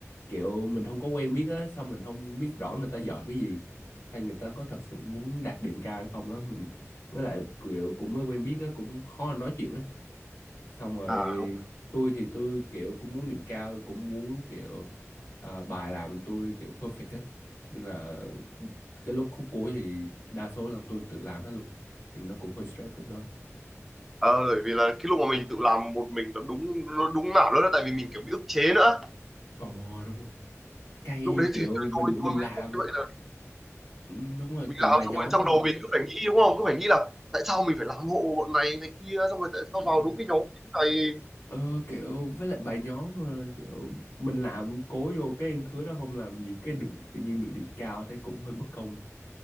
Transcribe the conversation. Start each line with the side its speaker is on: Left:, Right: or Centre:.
Left: kiểu mình không có quen biết á xong mình không biết rõ người ta giỏi cái gì hay người ta có thật sự muốn đạt điểm cao hay không á mình với lại kiểu cũng mới quen biết á cũng khó nói chuyện á xong rồi
Centre: À đúng.
Left: tôi thì tôi kiểu cũng muốn điểm cao cũng muốn kiểu à, bài làm tôi kiểu perfect á nên là cái lúc khúc cuối thì đa số là tôi tự làm hết luôn nên nó cũng hơi stress khúc đó
Centre: Ờ, bởi vì là cái lúc mà mình tự làm một mình nó đúng nó đúng nào đó là tại vì mình kiểu bị ức chế nữa.
Left: ồ đúng rồi cay
Centre: Lúc đấy
Left: kiểu
Centre: thì tôi
Left: mình
Centre: tôi
Left: mình
Centre: mới
Left: làm
Centre: không như vậy là
Left: Ừ, đúng rồi
Centre: mình
Left: kiểu
Centre: làm
Left: bài
Centre: xong
Left: nhóm
Centre: rồi trong
Left: mà
Centre: đầu mình cứ phải nghĩ đúng không? Cứ phải nghĩ là tại sao mình phải làm hộ bọn này này kia xong rồi tại sao
Left: đúng
Centre: vào
Left: rồi.
Centre: đúng cái nhóm này.
Left: ờ kiểu với lại bài nhóm mà kiểu mình làm cố vô cái khứa đó không làm gì cái được tự nhiên được điểm cao thấy cũng hơi bất công